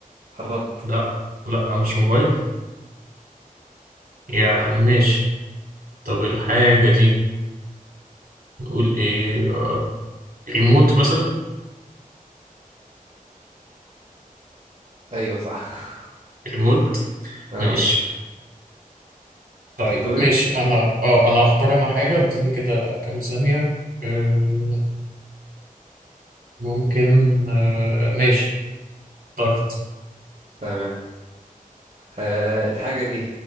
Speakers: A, on the right; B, on the right.
A: قربت
B: لا لا مش موبايل يعني ماشي طب الحاجة دي نقول ايه ريموت مثلا
A: ايوه صح <laughs>
B: ريموت
A: اه
B: ماشي طيب
A: دوري
B: ماشي انا اه انا هختار انا حاجة اديني كده كام ثانية آه، ممكن آه، ماشي اخترت
A: تمام آه الحاجة دي